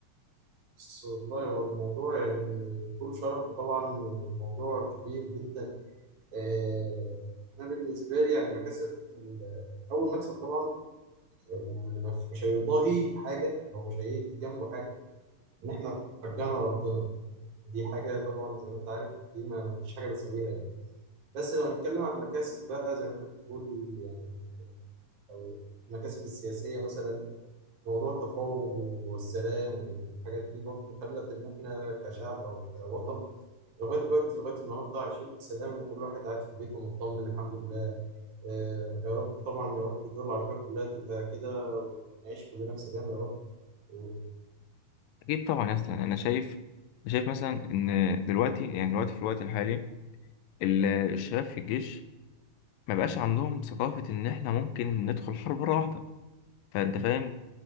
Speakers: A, on the right; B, on the left.
A: بص والله هو الموضوع يعني طول شرح طبعا وموضوع كبير جدا آه، انا بالنسبه لي يعني مكاسب ال- اول مكسب طبعا واللي مش مش هيضاهي حاجه او مش هيجي جنبه حاجه ان احنا رجعنا ارضنا دي حاجه طبعا زي ما انت عارف دي ما ما فيش حاجه بتساويها يعني. بس لو نتكلم عن المكاسب بقى زي ما انت بتقول يعني لو المكاسب السياسية مثلا موضوع التفاوض والسلام والحاجات دي برضه خلت إن إحنا كشعب أو كوطن لغاية دلوقتي لغاية النهاردة عايشين في سلام وكل واحد قاعد في بيته مطمن الحمد لله آه يا رب طبعا يا رب الدول العربية كلها تبقى كده ونعيش كلنا في سلام يا رب و-
B: اكيد طبعا يا اسطى يعني انا شايف شايف مثلا ان دلوقتي يعني دلوقتي في الوقت الحالي ال- الشباب في الجيش ما بقاش عندهم ثقافه ان احنا ممكن ندخل حرب مره واحده فانت فاهم